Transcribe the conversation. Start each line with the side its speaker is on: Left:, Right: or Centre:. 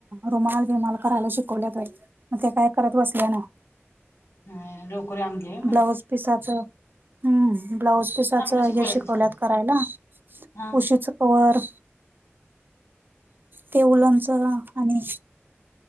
Right: रुमाल बीमाल करायला शिकवलय काय तर. मग ते काय करत बसलीया ना.
Left: होय लोकर आणली होय?
Right: ब्लाऊज पिसाचं हम्म, ब्लाउज पिसाच
Left: चांगलं शिकवायला
Right: हे शिकवल्यात
Left: शाळेत
Right: करायला
Left: हा
Right: उशीच कवर, ते उलंच आणि